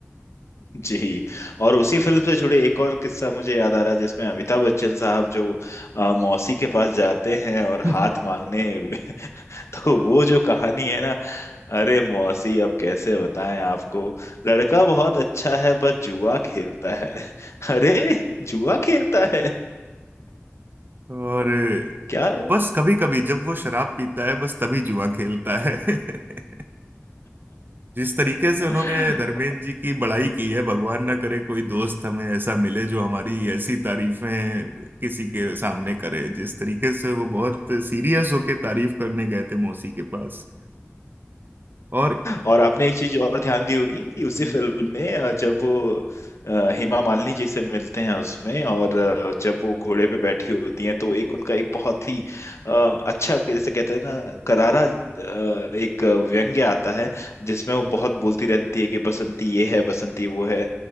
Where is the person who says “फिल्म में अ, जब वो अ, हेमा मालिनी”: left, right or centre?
Left